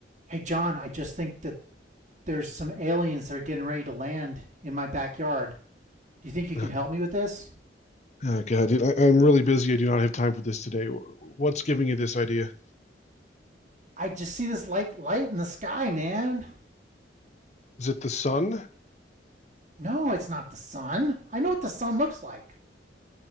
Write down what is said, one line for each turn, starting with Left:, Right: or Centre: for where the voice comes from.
Right: Hey, John, I just think that there's some aliens that are getting ready to land in my backyard. Do you think you can
Left: Uh,
Right: help me with this?
Left: Oh God, dude, I, I'm really busy. I do not have time for this today. Wh- What's giving you this idea?
Right: I just see this like light in the sky, man.
Left: Is it the sun?
Right: No, it's not the sun. I know what the sun looks like.